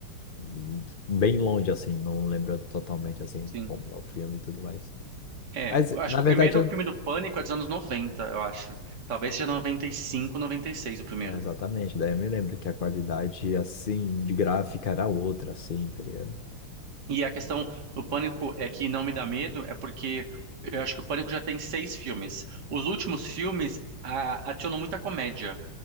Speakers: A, on the left; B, on the right.
A: hum, bem longe, assim, não lembro totalmente, assim,
B: sim.
A: como é o filme e tudo mais.
B: É,
A: Mas,
B: eu acho
A: na
B: que o
A: verdade,
B: primeiro
A: eu
B: filme do Pânico é dos anos 90 eu acho. Talvez seja noventa noventa e cinco noventa e seis o primeiro.
A: É, exatamente, daí eu me lembro que a qualidade, assim, de gráfica era outra, assim, tá ligado?
B: E a questão do Pânico é que não me dá medo, é porque eu acho que o Pânico já tem seis filmes. Os últimos filmes a, adicionam muita comédia.